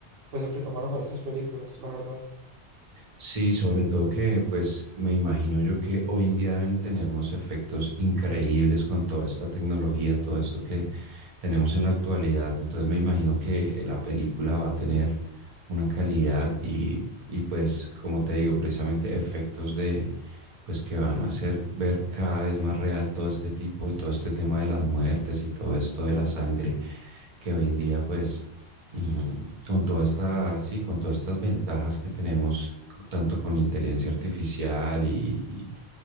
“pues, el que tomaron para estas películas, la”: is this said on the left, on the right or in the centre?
Right